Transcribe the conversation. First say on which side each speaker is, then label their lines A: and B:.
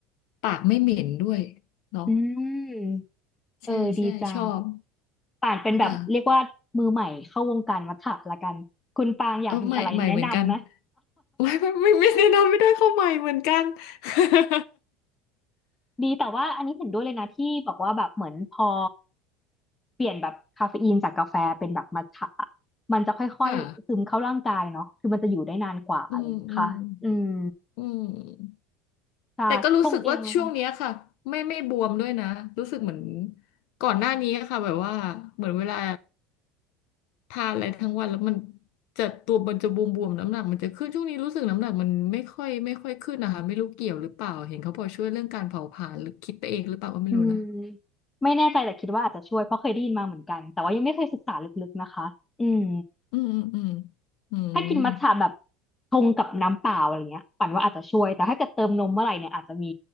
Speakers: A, on the left; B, on the left.
A: ปากไม่เหม็นด้วยเนาะ
B: อืม
A: ใช่ใช่ชอบ
B: เออดีจัง ป่านเป็นแบบเรียกว่ามือใหม่เข้าวงการวัฏฏะละกันคุณปางอยากมีอะไรแนะนำไหม
A: ค่ะเออใหม่ใหม่เหมือนกัน
B: <laughs>
A: โอ้ยไม่ไม่ไม่แนะนำไม่ได้เข้าใหม่เหมือนกัน <laughs>
B: ดีแต่ว่าอันนี้เห็นด้วยเลยนะที่บอกว่าแบบเหมือนพอเปลี่ยนแบบคาเฟอีนจากกาแฟเป็นแบบมัทฉะอะมันจะค่อยๆซึมเข้าร่างกายเนาะคือมันจะอยู่ได้นานกว่าอะไรอย่างเงี้ยค่ะอืม
A: ค่ะอืมอืมอืม
B: ใช่ชงเองเลยค่ะ
A: แต่ก็รู้สึกว่าช่วงเนี้ยค่ะไม่ไม่บวมด้วยนะรู้สึกเหมือนก่อนหน้านี้ค่ะแบบว่าเหมือนเวลาทานอะไรทั้งวันแล้วมันจะตัวมันจะบวมๆน้ำหนักมันจะขึ้นช่วงนี้รู้สึกน้ำหนักมันไม่ค่อยไม่ค่อยขึ้นนะคะไม่รู้เกี่ยวหรือเปล่าเห็นเขาบอกช่วยเรื่องการเผาผลาญหรือคิดไปเองหรือเปล่าก็ไม่รู้นะ
B: อืมไม่แน่ใจแต่คิดว่าอาจจะช่วยเพราะเคยได้ยินมาเหมือนกันแต่ว่ายังไม่เคยศึกษาลึกๆนะคะอืม
A: อืมอืมอืมอื
B: ถ้ากินมัทฉะแบบ
A: ม
B: ชงกับน้ำเปล่าอะไรเงี้ยปั่นว่าอาจจะช่วยแต่ถ้าเกิดเติมนมเมื่อไหร่เนี่ยอาจจะมี